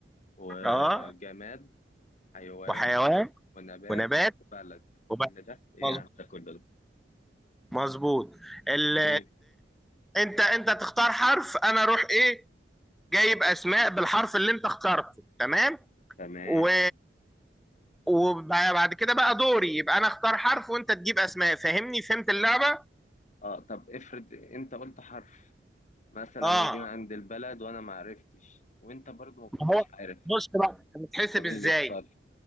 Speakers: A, on the left; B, in the centre.
A: وجماد
B: اه
A: حيوان
B: وحيوان
A: ونبات
B: ونبات
A: وبلد
B: وبلد
A: كل ده ايه
B: مظ-
A: يعني ده كله ده
B: مظبوط ال...
A: تمام
B: انت انت تختار حرف انا اروح ايه جايب اسماء بالحرف اللي انت اخترته تمام
A: تمام
B: و... وبعد كده بقى دوري يبقى انا اختار حرف وانت تجيب اسماء فاهمني فهمت اللعبة
A: اه طب افرض انت قلت حرف مثلا
B: اه
A: وجينا عند البلد وانا ما عرفتش وانت برضو ما كنتش
B: ما هو
A: عارف
B: بص بقى بتحسب
A: يبقى مين
B: ازاي
A: اللي يخسر